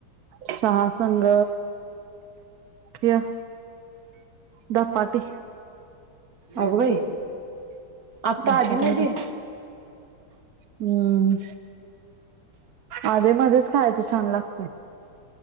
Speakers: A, on the right; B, on the right.
A: चहा संग हे धपाटे.
B: अग बाई आत्ता
A: धपाटे
B: आधी मध्ये
A: हम्म आधी मध्येच खायच छान लागतय.